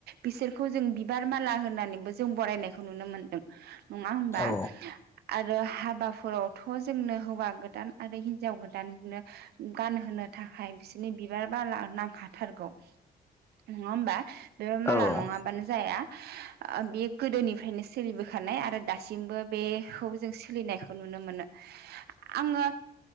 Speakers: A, on the right; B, on the left.
A: बिसोरखौ जों बिबार माला होननानैबो जों बरायनायखौ नुनो मोनदों नङा होमबा?
B: औ
A: आरो हाबाफोरावथ' जोंनो हौवा गोदान आरो हिनजाव गोदाननो गानहोनो थाखाय बिसोरनि बिबार बाला नांखाथारगौ नङा होमबा बे
B: औ
A: मालाव
B: औ
A: नङाबानो जाया। ओ बेयो गोदोनिफ्रायनो सोलिबोखानाय आरो दासिमबो बेखौ जों सोलिनाय खौ नुनो मोनो। आङो